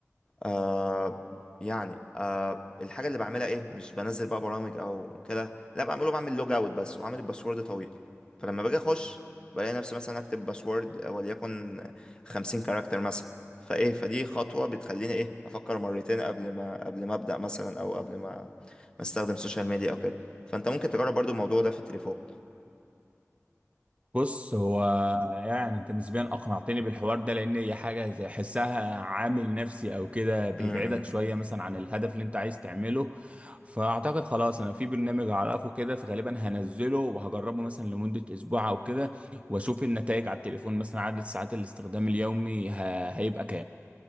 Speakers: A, on the left (about 15°); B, on the right (about 25°).
A: آه يعني آه الحاجة اللي بعملها ايه مش بنزل بقى برامج او كده لا بعمله بعمل لوج اوت بس وعامل الباسورد طويل فلما باجي اخش بلاقي نفسي مثلا اكتب باسورد وليكن خمسين كاركتر مثلا فايه فدي خطوة بتخليني ايه افكر مرتين قبل ما قبل ما ابدأ مثلا او قبل ما ما استخدم سوشيال ميديا او كده فانت ممكن تجرب برضو الموضوع ده في التليفون
B: بص هو يعني انت نسبيا اقنعتني بالحوار ده لان هي حاجه زي حسها عامل نفسي او كده بيبعدك
A: م-
B: شويه مثلا عن الهدف اللي انت عايز تعمله فاعتقد خلاص انا في برنامج اعرفه كده فغالبا هنزله وهجربه مثلا لمده اسبوع او كده واشوف النتائج على التليفون مثلا عدد ساعات الاستخدام اليومي ه- هيبقى كام